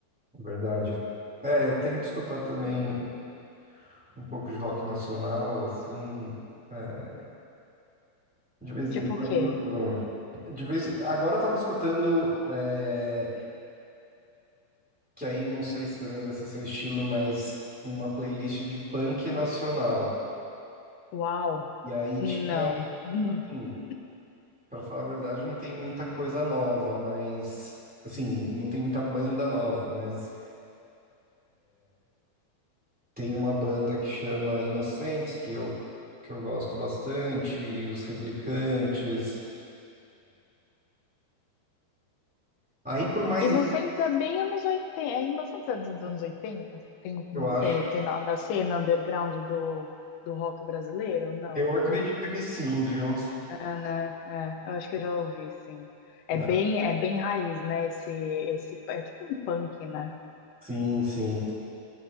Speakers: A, in the centre; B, on the left (about 80°).
A: verdade. É, eu tento escutar também um pouco de rock nacional, assim, é, de vez
B: Tipo
A: em quando.
B: o quê?
A: De vez, agora eu tava escutando, é, que aí não sei se também vai ser seu estilo, mas uma playlist de punk nacional.
B: Uau!
A: E aí
B: Não.
A: tinha,
B: <laughs>
A: assim, Pra falar a verdade, não tem muita coisa nova, mas assim, não tem muita banda nova, mas tem uma banda que chama Inocentes, que eu que eu gosto bastante, e os Replicantes. Aí por mais
B: Inocentes é bem anos oitenta é Inocentes é dos anos 80 70,
A: eu
B: não
A: acho.
B: sei, aqui na, da cena underground do, do rock brasileiro? Não,
A: Eu
B: tô
A: acredito
B: louca.
A: que sim, viu?
B: É, né? É, eu acho que eu já ouvi, sim.
A: Né?
B: É bem, é bem raiz, né? Esse, esse, é tipo um punk, né?
A: Sim, sim.